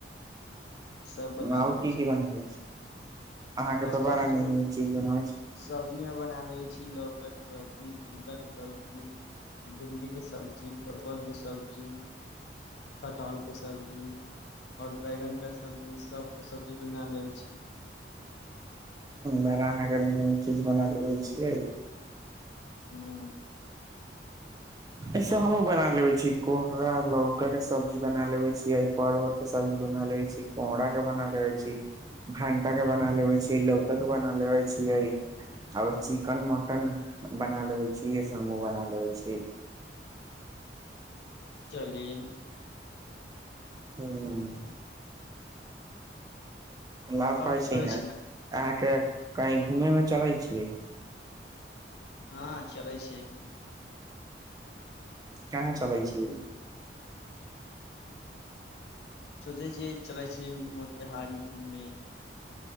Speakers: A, on the left (about 65°); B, on the right (about 20°).
A: सब बना
B: आओर
A: लेबै
B: की की
A: छी
B: बनाब छे अहाँ के
A: आओर
B: तऽ
A: सब्जी
B: बड़ा नीक
A: मे
B: नीक चीज बना
A: सब्जी मे बना ले छी लौक के सब्जी झिगा के सब्जी भिण्डीके सब्जी परवलके सब्जी कटहल के सब्जी आओर बैगनके सब्जी सभके सब्जी बना लबै छी
B: बड़ा अहाँके नीक नीक चीज बना लबै छियै
A: हूॅं
B: ऐसे हमहु बना लेवे छीै कोहरा लौका के सब्जी बना लेवे छीयै परोर के सब्जी बना ले छी कोरा के बना लेवे छी भंटा के बना लेवे छी लौका के बना लेबै छियै आओरो चिकेन मटन बना लेबे छी इ समूह बना लेे छी
A: चली
B: हुँ लाभ
A: आओर
B: कहै
A: बतबै
B: छै ने
A: छी
B: अहाँके कही घूमेमे चलै छियै
A: हँ चलै छै
B: कहां चलै छीयै
A: सोचै छिय चलै छी मोतिहारी घूमने